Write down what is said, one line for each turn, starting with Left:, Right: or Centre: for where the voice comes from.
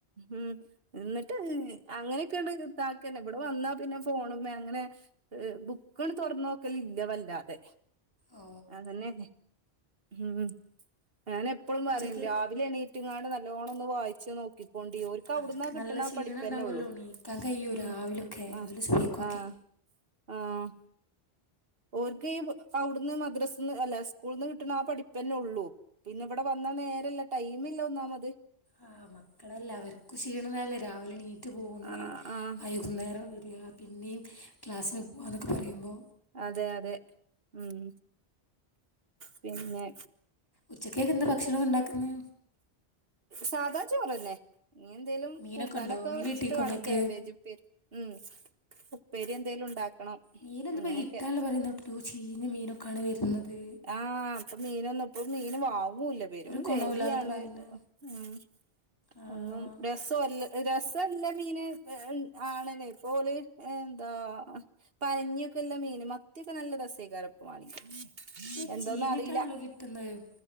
Right: ഉം എന്നിട്ട് അങ്ങനെയൊക്കെണ്ട് താക്കന്നെ ഇവിടെ വന്നാ പിന്നെ ഫോണ് മേ അങ്ങനെ ഏഹ് ബുക്കട് തുറന്നു നോക്കല് ഇല്ല വല്ലാതെ.
Left: ഓ
Right: ആണല്ലെ ഉം ഞാൻ എപ്പോഴും
Left: ഉച്ചയ്ക്ക്
Right: പറയും രാവിലെ എണി എണീറ്റുങ്ങാട് നല്ലോണ്ണം ഒന്ന് വായിച്ച് നോക്കിക്കൊണ്ടി. ഒ ാൽ ക്കാ
Left: അവർക്ക്
Right: അവിടന്നാ കിട്ട്ണ
Left: നല്ല ക്ഷീണം
Right: പഠിപ്പന്നെ
Left: ഉണ്ടാവുമല്ലോ
Right: ഉള്ളൂ
Left: എണീക്കാൻ കഴിയുമോ
Right: ഉം
Left: രാവിലെയൊക്കെ
Right: ആ്
Left: അവർ സുബഹിക്കൊക്കെ
Right: ആഹ ആഹ് ഓർക്ക് ഈ അവിടുന്ന് മദ്രസ് അല്ല സ്കൂളിന്ന് കിട്ട്ണ ആ പഠിപ്പന്നെ ഉള്ളൂ. പിന്നെ ഇവിടെ വന്നാ നേരല്ല ടൈം ഇല്ല ഒന്നാമത്.
Left: ആഹ് മക്കളല്ലേ അവർക്ക് ക്ഷീണന്നല്ലേ രാവിലെ എണീറ്റ് പോവ്ന്ന
Right: ആഹ് ആഹ്
Left: ഐ അന്നേരം വരിക പിന്നെയും ക്ലാസ്സിന് പോവ്വാ എന്നൊക്കെ പറയുമ്പോ
Right: അതെ അതെ ഉം പിന്നെ
Left: ഉച്ചകേക്ക് എന്താ ഭക്ഷണം ഉണ്ടാക്കുന്നെ
Right: സാധാ ചോറെന്നെ ഇഞ്എന്തേലും
Left: മീനൊക്കെ
Right: കൂട്ടാനൊക്കെ
Left: ഉണ്ടോ മീൻ
Right: വെച്ചിട്ട്
Left: കിട്ടീക്കോ
Right: വേണം
Left: ഇങ്ങക്ക്
Right: കാബേജും പ്പി ഉം ഉപ്പേരി എന്തേലും ഉണ്ടാക്കണം
Left: മീന് എന്തപ്പ
Right: അങ്ങനെയൊക്കെ
Left: കിട്ടാല്ല പറയുന്ന ചീന മീനൊക്കാണ് വരുന്നത്
Right: ആഹ ഇപ്പൊ മീനൊന്നും ഇപ്പം മീന് വാങ്ങൂലപ്പെ പെരും
Left: ഒരു കൊണവുല്ലാന്നൊക്കെ
Right: വേലിയാണ്
Left: പറയണെ
Right: ഉം
Left: ആഹ്
Right: ഒന്നും ര രസല്ല രസല്ല മീന് ഏഹ് ആണന് ഇപ്പോ ഓല് ഏഹ് എന്താ പനഞ്ഞൊക്കെല്ലാ മീന് മത്തിയൊക്കെ നല്ല രസേക്കയ്ക്കാരം ഇപ്പെമാണിങ്കി
Left: പക്ഷെ
Right: എന്തോന്ന്
Left: ചീഞ്ഞിട്ടാണല്ലോ
Right: അറിയില്ല
Left: കിട്ടുന്നത്